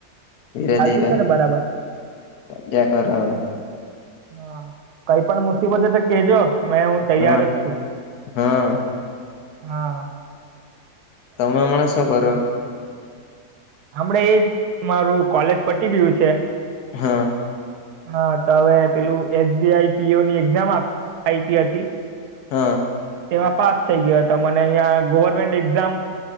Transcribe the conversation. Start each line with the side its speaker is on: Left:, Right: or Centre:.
Left: ધીરે-ધીરે,
Right: ચાલતું છે ને બરાબર
Left: સધ્યા કર હ,
Right: હા કઈ પણ મુસીબતે તો કેજો મેં હું તૈયાર
Left: હવે હા
Right: જ છું.
Left: હા
Right: હા.
Left: તમે હમણા શું કરો?
Right: હમણે એજ મારું કોલેજ પટી ગયું છે.
Left: હા.
Right: હા તો હવે પેલું એસબીઆઈ પીઓની એક્ઝામ આઈ આઈપી હતી.
Left: હા.
Right: તેમાં પાસ થઈ ગયો હતો મને અહીંયા ગવર્મેન્ટ એક્ઝામ.